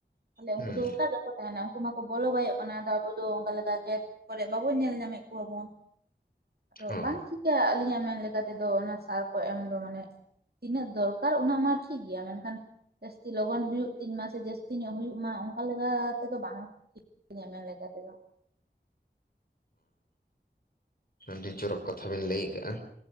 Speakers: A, on the right; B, on the left.
A: ᱛᱟᱦᱞᱮ
B: ᱦᱮᱸ
A: ᱩᱱᱠᱩ ᱫᱚ ᱚᱠᱟ ᱨᱮᱠᱚ ᱛᱟᱦᱮᱱᱟ ᱩᱱᱠᱩ ᱢᱟᱠᱚ ᱵᱚᱞᱚ ᱵᱟᱭᱚᱜ ᱠᱟᱱᱟ ᱟᱫᱚ ᱟᱵᱚ ᱱᱤᱛᱚᱜ ᱫᱚ ᱚᱱᱠᱟ ᱞᱮᱠᱟ ᱠᱷᱮᱛ ᱠᱚᱨᱮ ᱵᱟᱵᱚᱱ ᱧᱮᱞ ᱧᱟᱢᱮᱫ ᱠᱚᱣᱟ ᱵᱚᱱ ᱟᱫᱚ
B: ᱦᱳᱭ
A: ᱵᱟᱝ ᱴᱷᱤᱠ ᱴᱷᱤᱠ ᱜᱮᱭᱟ ᱟᱞᱤᱧᱟᱜ ᱢᱮᱱ ᱞᱮᱠᱟ ᱛᱮᱫᱚ ᱚᱱᱟ ᱥᱟᱨ ᱠᱚ ᱮᱢ ᱫᱚ ᱢᱟᱱᱮ ᱛᱤᱱᱟᱹᱜ ᱫᱚᱨᱠᱟᱨ ᱚᱱᱟ ᱢᱟ ᱴᱷᱤᱠ ᱜᱮᱭᱟ ᱢᱮᱱᱠᱷᱟᱱ ᱡᱟᱹᱥᱛᱤ ᱞᱚᱜᱚᱱ ᱦᱩᱭᱩᱜ ᱛᱤᱧ ᱢᱟ ᱥᱮ ᱡᱟᱹᱥᱛᱤ ᱧᱚᱜ ᱦᱩᱭᱩᱜ ᱢᱟ ᱚᱱᱠᱟ ᱞᱮᱠᱟ ᱛᱮᱫᱚ ᱵᱟᱝ ᱤᱧᱟᱜ ᱢᱮᱱ ᱞᱮᱠᱟ ᱛᱮᱫᱚ
B: ᱦᱚᱸ ᱟᱹᱰᱤ ᱪᱚᱨᱚᱠ ᱠᱟᱛᱷᱟ ᱵᱤᱱ ᱞᱟᱹᱭ ᱟᱠᱟᱜᱼᱟ